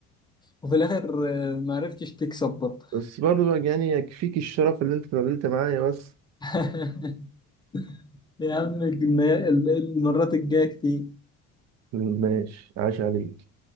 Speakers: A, on the left; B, on the right.
A: وفي الاخر آه، ما عرفتش تكسب برضه
B: بس برضه بقى يعني يكفيك الشرف اللي انت اتقابلت معايا بس
A: <laughs> يا عم الجنا- المرات الجايه كتير
B: ماشي عاش عليك